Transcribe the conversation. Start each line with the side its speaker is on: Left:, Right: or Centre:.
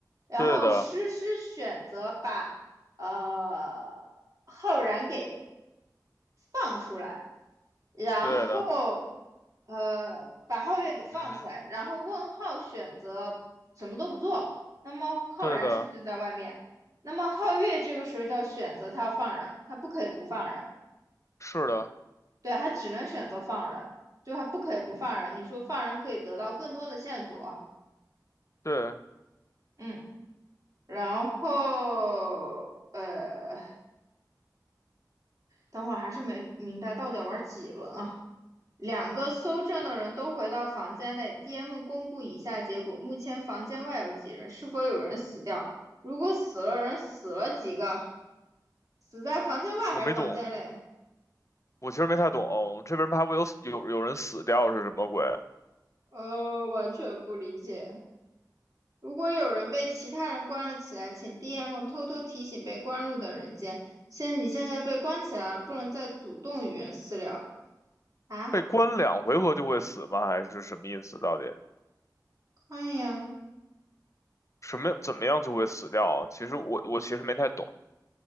Right: 然后诗诗选择把呃浩然给
Left: 对的，
Right: 放出来，然后
Left: 对的，
Right: 呃把皓月给放出来，
Left: 嗯哼，
Right: 然后问号选择什么都不做，那么浩然是不是就在外面？
Left: 对的，
Right: 那么皓月这个时候就要选择他要放人，他不可以不放人。
Left: 是的，
Right: 对，他只能选择放人，就他不可以不放人。你说放人可以得到更多的线索，
Left: 对，
Right: 嗯，然后呃，等会儿还是没明白到底要玩几轮啊？两个搜证的人都回到房间内，DM 公布以下结果：目前房间外有几人？是否有人死掉？如果死了人，死了几个？死在房间外还是房间内？
Left: 我没懂，我其实没太懂，这边什么还会有有有人死掉是什么鬼？
Right: 呃，完全不理解。如果有人被其他人关了起来，请 DM 偷偷提醒被关入的人间，现你现在被关起来了，不能再主动与人私聊啊！
Left: 被关两回合就会死吗？还是什么意思？到底
Right: 看呀，
Left: 什么怎么样就会死掉啊？其实我我其实没太懂，